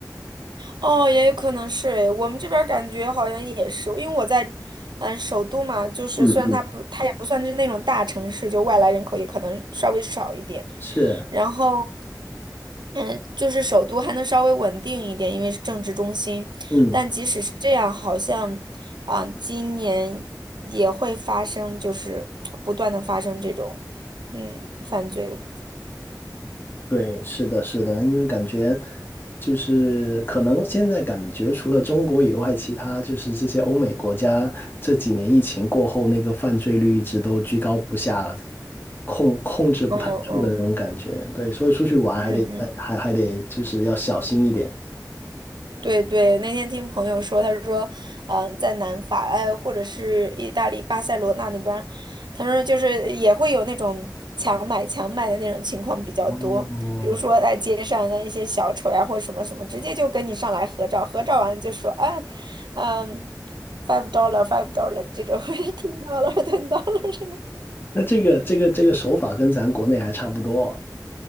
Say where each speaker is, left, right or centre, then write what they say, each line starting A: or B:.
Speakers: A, on the right (about 90°); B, on the left (about 30°).
A: 哦，也有可能是诶，我们这边儿感觉好像也是，因为我在，嗯、首都嘛，就是虽然它不，
B: 嗯嗯，
A: 它也不算是那种大城市，就外来人口也可能稍微少一点，
B: 是，
A: 然后，嗯，就是首都还能稍微稳定一点，因为是政治中心，
B: 嗯。
A: 但即使是这样，好像，啊、今年也会发生，就是不断的发生这种，嗯，犯罪，
B: 对，是的，是的，因为感觉就是可能现在感觉除了中国以外，其他就是这些欧美国家这几年疫情过后，那个犯罪率一直都居高不下，控控制不太住的那种感觉。
A: 嗯嗯
B: 对，所以出去玩还得再还还得就是要小心一点。
A: 嗯嗯。对对，那天听朋友说，他说，嗯，在南法，哎，或者是意大利巴塞罗那那边儿他说就是也会有那种强买强卖的那种情况比较多，
B: 哦，
A: 比如说在街上的一些小丑呀，或者什么什么，直接就跟你上来合照，合照完了就说，啊，嗯，five dollar five dollar 这种 <laughs>，或者 ten dollar ten dollar 这种。
B: 那这个这个这个手法跟咱国内还差不多，